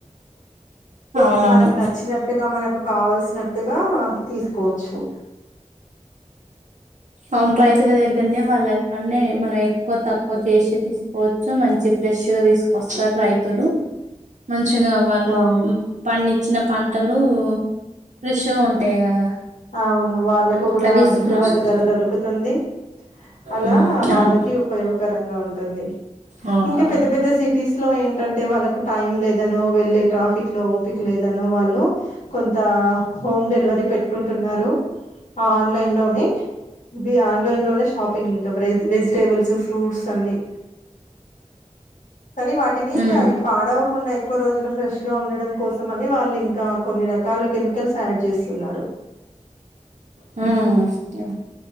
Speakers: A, on the right; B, on the left.
A: అవునవును
B: మనకు నచ్చినట్టుగా మనకు కాసినట్టుగా తీర్ కోచు
A: అవును రైతుల దగ్గరనే వాళ్ళ అక్కడనే మనం ఎక్కువ తక్కువ చేసి తీసుకోవచ్చు మంచి ఫ్రెష్గా తీసుకొస్తారు రైతులు మంచి పచ్చగా వాళ్ళు
B: అవును
A: పండి చిన్న పంటలు ఫ్రెష్గా ఉంటాయి కదా
B: అవును వాళ్ళకు
A: అట్లా
B: కూడా
A: తీసుకుని
B: గిట్టుబాటు
A: వస్తా
B: ధర దొరుకుతుంది అలా
A: మ్మ్.
B: వాళ్ళకి
A: అవును
B: ఉపయోగకరంగా ఉంటుంది
A: ఆ
B: ఇంకా
A: అవును
B: పెద్ద పెద్ద సిటీస్ లో ఏంటంటే వాళ్ళకు టైం లేదనో వెళ్ళే ట్రాఫిక్ లో లేదనే వాళ్ళు కొంత హోమ్ డెలివరీ కొంటున్నారు ఆన్లైన్ లోనే ఇది ఆన్లైన్ లోనే షాపింగ్ ఇంకా వెజిటబుల్స్ ఫ్రూట్ అన్ని కానీ వాటిని
A: మ్మ్.
B: అవి పాడవకుండా ఎక్కువ రోజులు ఫ్రెష్ గా ఉండడం కోసం మని వాళ్ళు ఇంకా కొన్ని రకాల కెమికల్స్ యాడ్ చేస్తున్నారు
A: హ ఆ